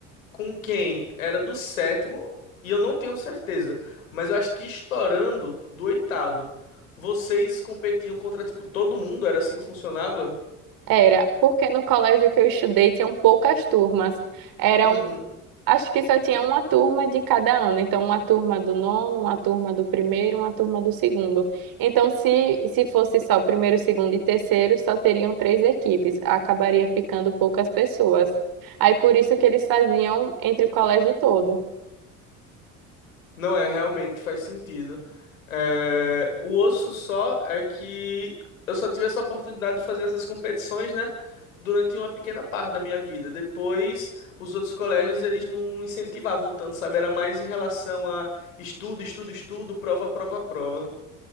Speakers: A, on the left; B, on the right.
A: com quem era do sétimo, e eu não tenho certeza, mas eu acho que estourando do oitavo. Vocês competiam contra, tipo, todo mundo? Era assim que funcionava?
B: Era, porque no colégio que eu estudei tinham poucas turmas. Eram,
A: Uhum.
B: acho que só tinha uma turma de cada ano. Então, uma turma do nono, uma turma do primeiro, uma turma do segundo. Então, se, se fosse só primeiro, segundo e terceiro, só teriam três equipes. Acabaria ficando poucas pessoas. Aí, por isso que eles faziam entre o colégio todo.
A: Não é, realmente faz sentido. É, o osso só é que eu só tive essa oportunidade de fazer essas competições, né? Durante uma pequena parte da minha vida. Depois, os outros colégios, eles não incentivavam tanto, sabe? Era mais em relação a estudo, estudo, estudo, prova, prova, prova.